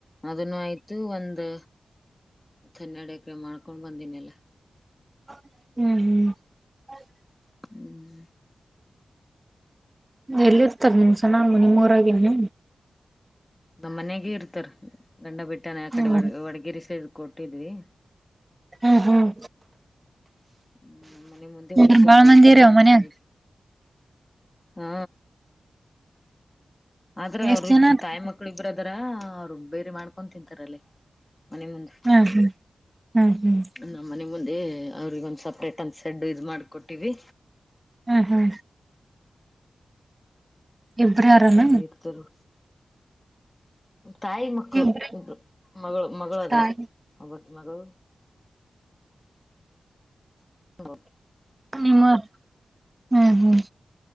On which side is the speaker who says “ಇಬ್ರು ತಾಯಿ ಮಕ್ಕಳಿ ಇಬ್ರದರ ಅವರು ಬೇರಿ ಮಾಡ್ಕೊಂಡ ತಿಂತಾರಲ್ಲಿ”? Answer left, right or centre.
Left